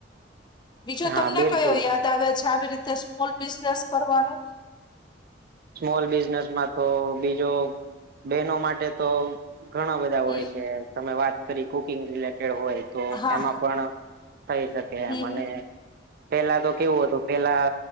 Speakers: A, on the left; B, on the right.
A: બીજું
B: હા
A: તમને
B: બિલકુલ
A: કયો યાદ આવે છે, આવી રીતે સ્મોલ બિઝનેસ કરવાનો
B: સ્મોલ બિઝનેસમાં તો બીજો બહેનો માટે તો ઘણા બધા
A: હમ
B: હોય છે, તમે વાત કરી કુકિંગ રિલેટેડ હોય તો
A: હા
B: એમાં પણ થઈ શકે
A: હમ
B: એમ અને
A: હમ
B: પેલા તો કેવું હતું પેલા